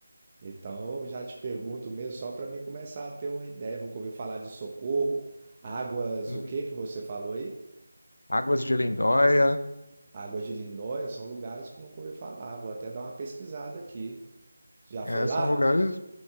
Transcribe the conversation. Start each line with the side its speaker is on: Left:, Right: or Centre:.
Right: Então, eu já te pergunto mesmo só para mim começar a ter uma ideia, nunca ouvi falar de Socorro, águas,
Left: Hum,
Right: o que que você falou aí?
Left: Águas de Lindóia.
Right: Águas de Lindóia são lugares que eu nunca ouvi falar, vou até dar uma pesquisada aqui. Já
Left: É,
Right: foi lá?
Left: são lugares